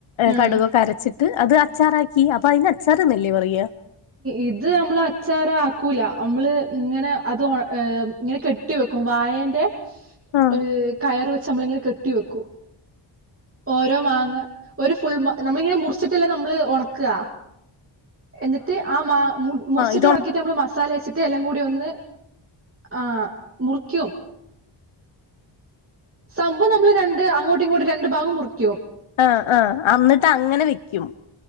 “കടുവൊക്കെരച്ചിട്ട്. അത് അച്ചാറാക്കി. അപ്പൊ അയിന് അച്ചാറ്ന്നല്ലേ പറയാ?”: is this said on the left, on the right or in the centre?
Left